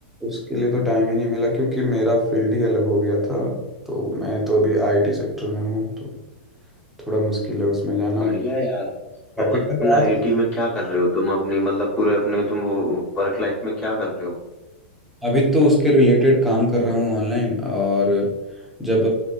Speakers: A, in the centre; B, on the left (about 25°).
A: उसके लिए तो टाइम ही नहीं मिला क्योंकि मेरा फील्ड ही अलग हो गया था तो मैं तो अभी आईटी सेक्टर में हूँ तो थोड़ा मुश्किल है उसमें जाना
B: बढ़िया है यार
A: कैपिटल
B: तो मतलब तुम आईटी में क्या कर रहे हो तुम अपनी मतलब पूरे अपने तुम वर्क लाइफ में क्या कर रहे हो
A: अभी तो उसके रिलेटेड काम कर रहा हूँ ऑनलाइन और जब